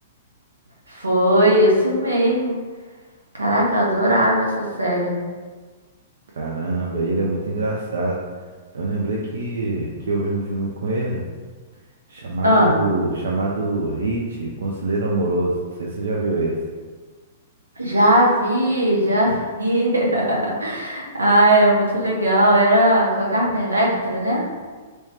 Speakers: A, on the right; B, on the right.
A: Foi isso mesmo. Caraca, eu adorava essa série.
B: Caramba, ele é muito engraçado. Eu lembrei que, que eu vi um filme com ele chamado,
A: Ah,
B: chamado Hit, Conselheiro Amoroso. Não sei se você já viu esse.
A: já vi, já vi. <laughs> Ah, é muito legal. Era com a Carmen Electra, né?